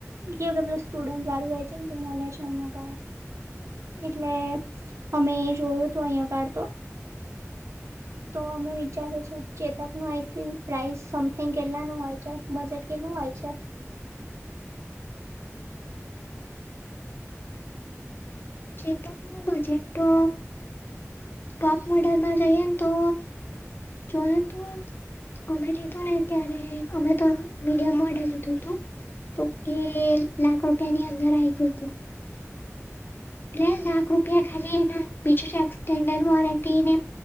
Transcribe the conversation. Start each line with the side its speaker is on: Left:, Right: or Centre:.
Right: કેવ કેધું સ્ટુડન્ટ વાળું હોય છે ને તું મળને છ અહીંગ. એટલે અમે એ જોયું હતું અહિયાં કાર તો. તો અમે વિચારે છે ચેતક નું આઈ થિક પ્રાઇસ સમથિંગ કેટલા ન હોય છે બજેટ કેટલા. શું હોય છે.
Left: ચેતક નું બજેટ તો. ટોપ મોડલમાં જઈએ ને તો જો તોું. અમે જીતું ને ત્યારે અમે તો મીડયમ મોડલે લીધું તું તો એ. લખ રૂપિયાની અંદર આ હતું લખ રૂપિયા. ખાલી એ બીજું એક્ન્ડ વોરંટી ને